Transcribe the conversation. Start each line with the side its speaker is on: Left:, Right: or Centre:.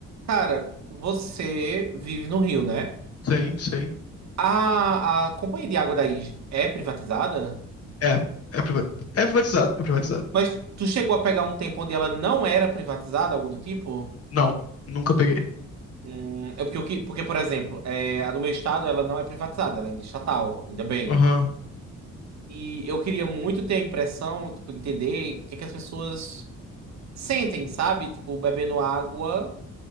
Right: Cara, você vive no Rio, né?
Left: Sim, sim.
Right: A, a companhia de água daí é privatizada?
Left: É, é privatizado. É privatizado, é privatizado.
Right: Mas tu chegou a pegar um tempo onde ela não era privatizada, algo do tipo?
Left: Não, nunca peguei.
Right: Hum, é porque, o que- porque, por exemplo, é, a do meu estado ela não é privatizada, ela ainda é estatal, ainda bem.
Left: Aham.
Right: E eu queria muito ter a impressão, tipo, entender o que que as pessoas sentem, sabe? Tipo, bebendo água.